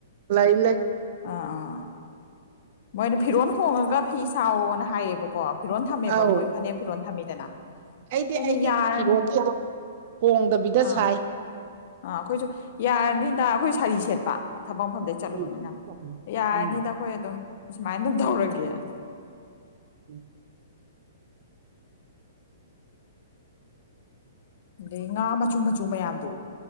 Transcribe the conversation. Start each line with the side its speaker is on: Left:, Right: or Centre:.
Right: ꯂꯩꯥꯏ ꯂꯩ
Left: ꯑꯥ ꯑꯥ ꯃꯣꯏꯅ ꯐꯤꯔꯣꯟ ꯍꯣꯡꯉꯒ ꯐꯤ ꯁꯥꯥꯎꯋꯣꯅ ꯍꯥꯏꯌꯦꯕꯀꯣ ꯐꯤꯔꯣꯜ ꯊꯝꯃꯦꯕ
Right: ꯑꯧ
Left: ꯃꯣꯏ ꯐꯅꯦꯛ ꯐꯤꯔꯣꯜ ꯊꯝꯃꯤꯗꯅ
Right: ꯑꯩꯗꯤ
Left: ꯑꯩꯈꯣꯏꯅ
Right: ꯑꯩꯒꯤ
Left: ꯌꯥꯔꯅꯤ
Right: ꯐꯤꯔꯣꯟꯜꯁꯤ ꯀꯣꯡꯗꯕꯤꯗ
Left: ꯑꯥ
Right: ꯁꯥꯏ
Left: ꯑꯥ ꯑꯩꯈꯣꯏꯁꯨ ꯌꯥꯔꯅꯤꯗ ꯑꯩꯈꯣꯏ ꯁꯥꯔꯤ ꯁꯦꯠꯄ ꯊꯕꯛ ꯃꯐꯝꯗꯩ ꯆꯠꯂꯨꯕꯅꯤꯅ
Right: ꯎꯝ
Left: ꯌꯥꯔꯅꯤꯗ
Right: ꯎꯝ
Left: ꯑꯩꯈꯣꯏ ꯑꯗꯨꯝ ꯁꯨꯃꯥꯏꯅ ꯑꯗꯨꯝ ꯇꯧꯔꯒꯦ ꯑꯦ꯫
Right: ꯎꯝ꯫
Left: ꯑꯗꯩ ꯉꯥ ꯃꯆꯨ ꯃꯆꯨ ꯃꯌꯥꯝꯗꯨ